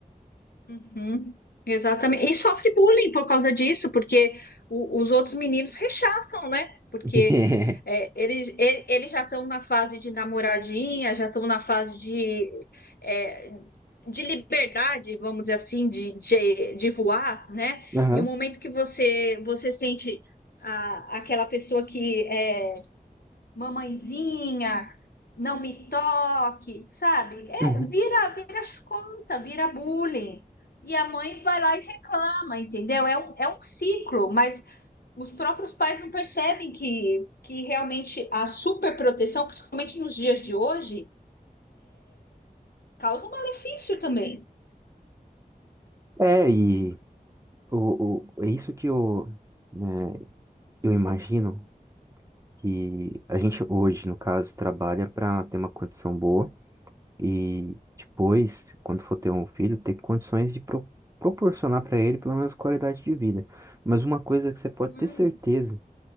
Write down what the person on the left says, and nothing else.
Uhum, Exatamente. E sofre bullying por causa disso, porque o- os outros meninos rechaçam, né? Porque
é, eles, e- eles já estão na fase de namoradinha, já estão na fase de, é, de liberdade, vamos dizer assim, de, de, de voar, né?
E o momento que você, você sente a, aquela pessoa que é, mamãezinha, não me toque, sabe? É,
vira, vira chacota, vira bullying. E a mãe vai lá e reclama, entendeu? É um, é um ciclo, mas os próprios pais não percebem que, que realmente a superproteção, principalmente nos dias de hoje, causa um malefício também.
Claro,